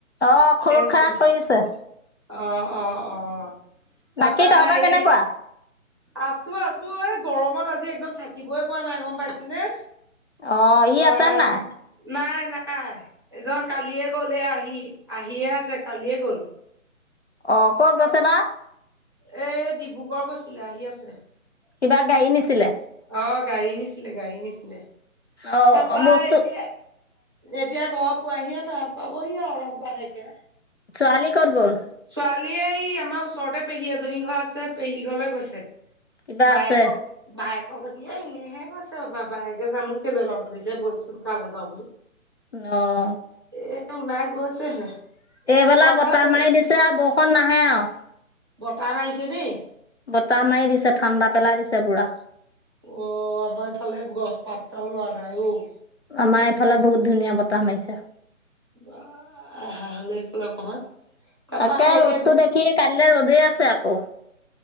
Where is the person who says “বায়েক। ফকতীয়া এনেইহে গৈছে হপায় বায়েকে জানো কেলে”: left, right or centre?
Right